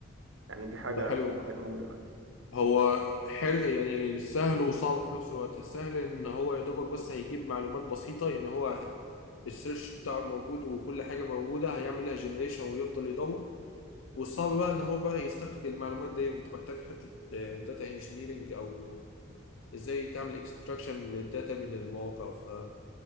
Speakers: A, on the right; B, on the left.
A: يعني دي حاجه
B: ده حلو
A: حلوه بقت موجوده دلوقتي
B: هو حلو يعني سهل وصعب في نفس الوقت سهل إن هو يا دوبك بس هيجيب معلومات بسيطة يعني هو السيرش بتاعه موجود وكل حاجة موجودة هيعمل لها جنريشن ويفضل يدور والصعب بقى ان هو بقى يستخرج المعلومات دي انت محتاج حته داتا انجينيرنج او ازاي تعمل اكستراكشن للداتا من المواقع ف